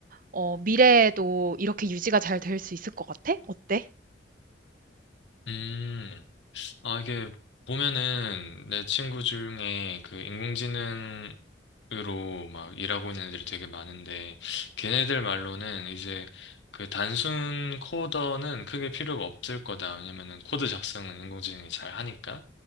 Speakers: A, on the right (about 50°); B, on the left (about 85°).
A: 어, 미래에도 이렇게 유지가 잘 될 수 있을 것 같아? 어때?
B: 음. 아, 이게 보면은 내 친구 중에 그 인공지능으로 막 일하고 있는 애들이 되게 많은데, 걔네들 말로는 이제 그 단순 코더는 크게 필요가 없을 거다. 왜냐면은 코드 작성은 인공지능이 잘 하니까.